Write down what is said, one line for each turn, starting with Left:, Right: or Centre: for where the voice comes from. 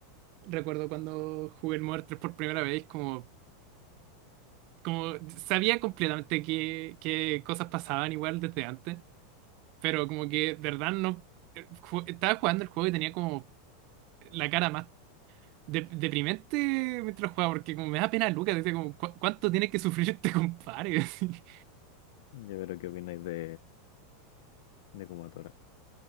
Right: recuerdo cuando jugué el Mort 3 por primera vez, como, como sabía completamente qué, qué cosas pasaban igual desde antes. Pero como que, de verdad, no. eh, ju- Estaba jugando el juego y tenía como la cara más de- deprimente mientras jugaba, porque como me da pena Lucas, decía como, "¿Cu- ¿cuánto tiene que sufrir este compadre? <laughs> Así.
Left: Ya veré qué opináis de, de Kumatora.